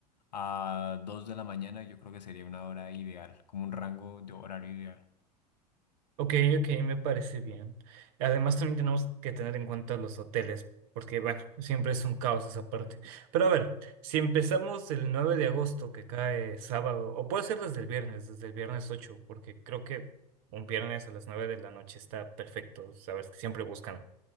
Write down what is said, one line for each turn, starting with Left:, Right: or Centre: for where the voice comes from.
Left: a 2 de la mañana, yo creo que sería una hora ideal, como un rango de horario ideal.
Right: Ok, ok, me parece bien. Además, también tenemos que tener en cuenta los hoteles, porque bueno, siempre es un caos esa parte. Pero a ver, si empezamos el 9 de agosto, que cae sábado, o puede ser desde el viernes, desde el viernes 8, porque creo que un viernes a las 9 de la noche está perfecto. Sabes que siempre buscan